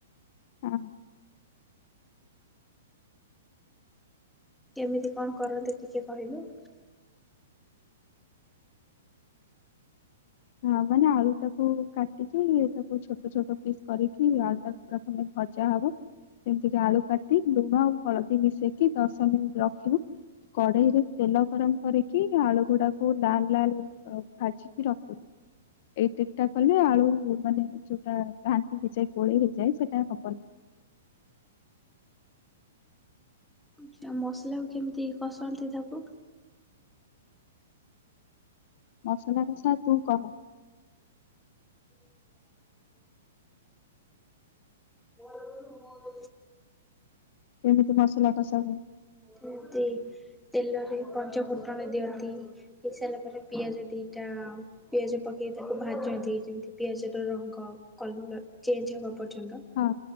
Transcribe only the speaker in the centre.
କେମିତି କଣ କରନ୍ତୁ ଟିକେ କହିଲୁ?
ଆଛା ମସଲାକୁ କେମିତି କସନ୍ତି ତାକୁ।
ଓ ମ
ଦି ତେଲରେ ପଞ୍ଚ ଫୁଟଣ ଦିଅନ୍ତି ହେଇସାରିଲା ପରେ ପିଆଜ ଦିଟା ପିଆଜ ପକେଇ ତାକୁ ଭାଜନ୍ତି ଯେମିତି ପିଆଜ ର ରଙ୍ଗ କଲ ଚେଞ୍ଜ ହବା ପର୍ଯ୍ୟନ୍ତ।